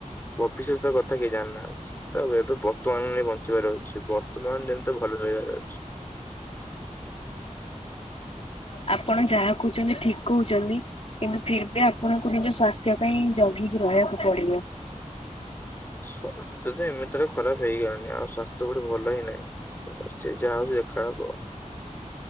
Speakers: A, on the left; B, on the left.
A: ଭବିଷ୍ୟତ କଥା କେହି ଜାଣି ନାହାନ୍ତି। ତ ଏବେ ବର୍ତ୍ତମାନରେ ବଞ୍ଚିବାର ଅଛି। ବର୍ତ୍ତମାନ ଯେମିତି ଭଲ ରହିବାର ଅଛି।
B: ଆପଣ ଯାହା କହୁଚନ୍ତି ଠିକ୍ କହୁଚନ୍ତି। କିନ୍ତୁ ଫିର୍ ବି ଆପଣଙ୍କୁ ନିଜ ସ୍ଵାସ୍ଥ୍ୟ ପାଇଁ ଜଗିକି ରହିବାକୁ ପଡିବ।
A: ସ୍ୱାସ୍ଥ୍ୟ ଯେ ଏମିତି ରେ ଖରାପ ହେଇଗଲାଣି। ଆଉ ସ୍ୱାସ୍ଥ୍ୟ କୋଉଠି ଭଲ ହିଁ ନାଇଁ। ତ ସେ ଯାହା ହଉଚି ଦେଖା ହବ।